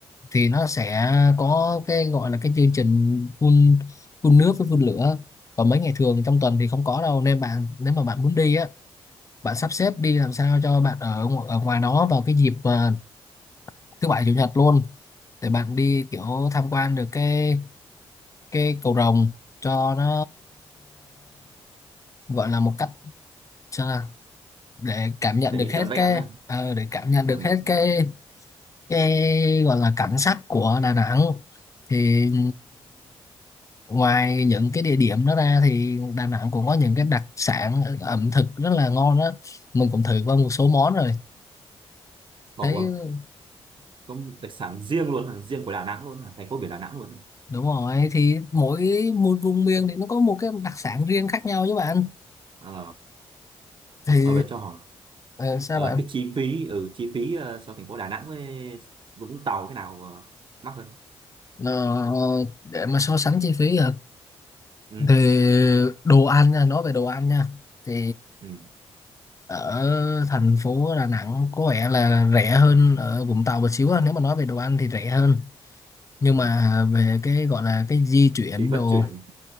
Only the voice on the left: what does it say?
thì nó sẽ có cái gọi là cái chương trình phun phun nước với phun lửa còn mấy ngày thường trong tuần thì không có đâu nên bạn nếu mà bạn muốn đi á bạn sắp xếp đi làm sao cho bạn ở ngo- ở ngoài đó vào cái dịp mà thứ bảy chủ nhật luôn để bạn đi kiểu tham quan được cái cái cầu rồng cho nó gọi là một cách sao nào? để cảm nhận
được
hết
cái
ờ, để cảm nhận được
hết cái cái gọi là cảnh sắc của Đà Nẵng thì ngoài những cái địa điểm đó ra thì Đà Nẵng cũng có những cái đặc sản ẩm thực rất là ngon đó mình cũng thử qua một số món rồi
thấy ừ,
đúng rồi thì mỗi một vùng miền thì nó có một cái đặc sản riêng khác nhau chứ bạn
thì
ờ, sao
bạn
Ờ, để mà so sánh chi phí à
thì đồ ăn nha nói về đồ ăn nha thì
ở thành phố Đà Nẵng có vẻ là rẻ hơn ở Vũng Tàu một xíu á. nếu mà nói về đồ ăn thì rẻ hơn nhưng
mà về cái gọi là cái di chuyển
đồ